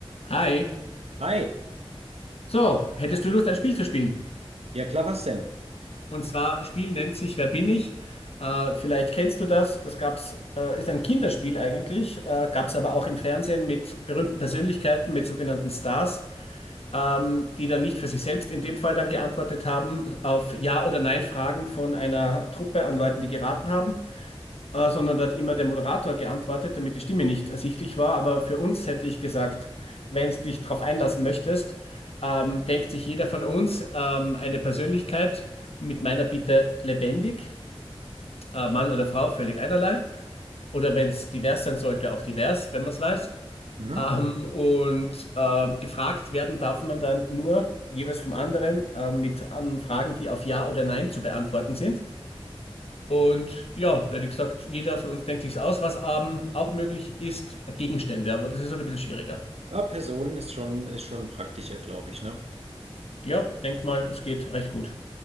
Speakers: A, on the left; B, on the right.
A: Hi.
B: Hi,
A: So, hättest du Lust, ein Spiel zu spielen?
B: ja klar, was denn?
A: Und zwar, Spiel nennt sich Wer bin ich? Äh, vielleicht kennst du das. Das gab's, äh, ist ein Kinderspiel eigentlich, äh, gab's aber auch im Fernsehen mit berühmten Persönlichkeiten, mit sogenannten Stars, ähm, die dann nicht für sich selbst in dem Fall dann geantwortet haben auf Ja- oder Nein-Fragen von einer Truppe an Leuten, die geraten haben. äh, sondern da hat immer der Moderator geantwortet, damit die Stimme nicht ersichtlich war. Aber für uns hätte ich gesagt, wenn du dich darauf einlassen möchtest, ähm, denkt sich jeder von uns ähm, eine Persönlichkeit mit meiner Bitte lebendig, äh, Mann oder Frau, völlig einerlei. Oder wenn es divers sein sollte, auch divers, wenn man es weiß.
B: Mhm.
A: Ähm, und äh, gefragt werden darf man dann nur jeweils vom anderen äh, mit an Fragen, die auf Ja oder Nein zu beantworten sind. Und ja, da hätte ich gesagt, jeder von uns denkt sich's aus. Was ähm, auch möglich ist, Gegenstände, aber das ist halt ein bisschen schwieriger.
B: Ja, Personen ist schon, ist schon praktischer, glaube ich, ne?
A: Ja, denk mal, es geht recht gut.